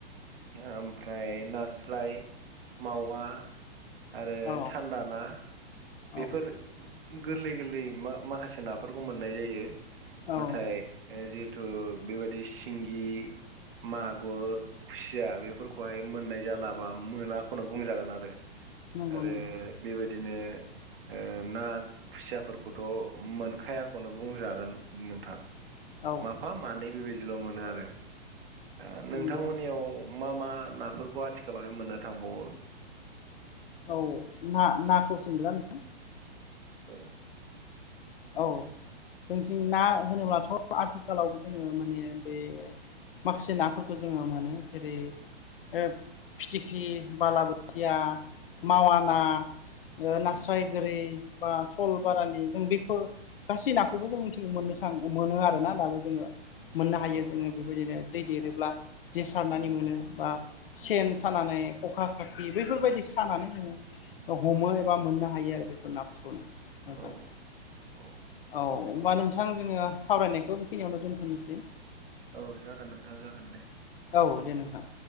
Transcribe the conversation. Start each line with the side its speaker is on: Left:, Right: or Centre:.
Right: ओमफ्राय नास्राय, मावा आरो
Left: औ
Right: सान्दाना बेफोर
Left: औ
Right: गोरलै- गोरलै मा- माखासे नाफोरखौ मोननाय जायो।
Left: औ
Right: नाथाय जिहेतु बेबायादि सिंगि मागुर खुसिया बेफोरखौहाय मोननाय जाला बा मोनाखौनो बुंजागोन आरो।
Left: नंगौ
Right: आरो
Left: नंगौ
Right: बेबायदिनो ओ ना खुसियाफोरखौथ' मोनखायाखौनो बुंजागोन नोंथां।
Left: औ
Right: माफा मानै बेबायदिल' मोनो आरो दा नोंथांमोननियाव
Left: नंगौ
Right: - मा मा नाफोरखौ आथिखालावहाय मोननो थांबावो?
Left: औ ना नाखौ सोंदों आं।
Right: औ
Left: औ जोंथिं ना होनोब्लाथ' आथिखालावबो जोङो माने बे माखासे नाफोरखौ जोङो मोनो जेरै- ओ फिथिख्रि, बालाबो थिया, मावाना ओ
Right: उम
Left: नास्राय गोरि बा स'ल
Right: उम
Left: बारालि जों बे फोर गासै नाखौबो जों मिथि मोननो थाङो मोनो आरोना दाबो जोङो। मोननो हायो
Right: औ
Left: जोङो बेबायदिनो दै देरोब्ला। जे सारनानै
Right: औ
Left: मोनो बा
Right: उम
Left: सेन सानानै, खखा खाखि बैफोरबायदि सानानै जोङो हमो एबा मोननो हायो आरो बेफोर नाफोरखौनो। नोंथां।
Right: औ औ
Left: औ होमबा नोंथां जोङो सावरायनायखौ बेखिनियावनो दोन्थनोसै।
Right: औ जागोन नोंथां जागोन दे।
Left: औ दे नोंथां।